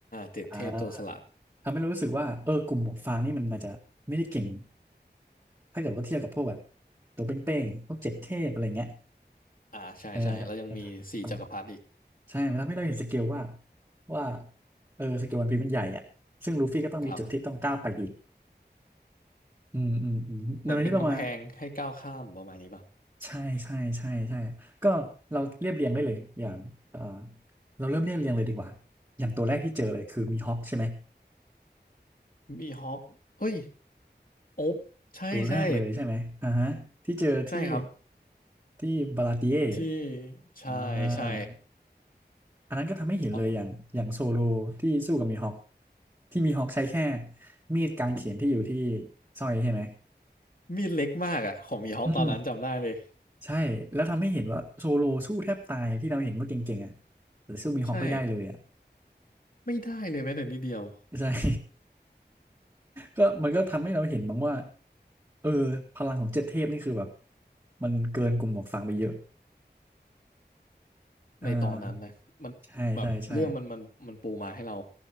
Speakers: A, on the left; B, on the right.
A: เจ็ดเทพโจรสลัด
B: อ่าทำให้เรารู้สึกว่าเออกลุ่มหมวกฟางนี่มันอาจจะไม่ได้เก่งถ้าเกิดว่าเทียบกับพวกแบบตัวเป้งๆพวกเจ็ดเทพอะไรเงี้ย
A: อ่า ใช่ใช่
B: เอ
A: แล้วยังมีสี่จักรพรรดิอีก
B: อ ใช่มันทำให้เราเห็นสเกลว่าว่าเออสเกลวันพีมันใหญ่อ่ะซึ่งลูฟี่ก็ต้องมีจุดที่ต้องก้าวไปอีก
A: ครับ
B: อืมอืมอืมเดี๋ยวที่เรามา
A: เหมือนเป็นกำแพงให้ก้าวข้ามประมาณนี้ป่ะ
B: ใช่ใช่ใช่ใช่ก็เราเรียบเรียงได้เลยอย่างเออเราเริ่มเรียบเรียงเลยดีกว่าอย่างตัวแรกที่เจอเลยคือมีฮอกใช่ไหม
A: มีฮอกเฮ้ย โอ๊บใช่ใช่
B: ตัวแรกเลยใช่ไหมอ่าฮะที่เจอที่
A: ใช่ครับ
B: ที่บาลาติเ
A: ที่ใช่ใช่
B: ออ่า อันนั้นก็ทำให้เห็นเลยอย่างอย่างโซโลที่สู้กับมีฮอค
A: ตอน
B: ที่มีฮอคใช้แค่มีดกางเขนที่อยู่ที่สร้อยใช่ไหม
A: มีดเล็กมากอะ ของมีฮอกตอนนั้นจำได้เลย
B: อืมใช่แล้วทำให้เห็นว่าโซโลสู้แทบตายที่เราเห็นว่าเก่งๆอ่ะแต่สู้มีฮอคไม่ได้เลยอ่ะ
A: ใช่ ไม่ได้เลยแม้แต่นิดเดียว
B: ใช่ <laughs> ก็มันก็ทำให้เราเห็นบ้างว่าเออพลังของเจ็ดเทพนี่คือแบบมันเกินกลุ่มหมวกฟางไปเยอะอ่าใช่ใช่ใช่
A: ในตอนนั้นนะ มันแบบเรื่องมันมันมันปูมาให้เรา